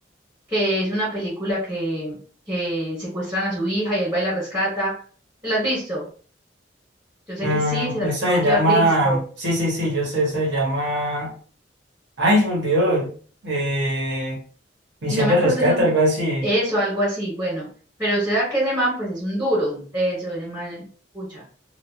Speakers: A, on the right; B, on the right.
A: que es una película que, que secuestran a su hija y él va y la rescata. ¿Te la has visto? Yo sé
B: Mm,
A: que sí, se la
B: esa
A: tuvo
B: se
A: que
B: llama,
A: haber visto.
B: sí, sí, sí, yo sé, esa se llama, ay, se me olvidó, eh, Misión
A: y no me
B: de
A: acuerdo
B: Rescate,
A: el nombre,
B: algo así.
A: eso, algo así, bueno, pero usted sabe que ese man, pues es un duro, un teso, ese man, pucha,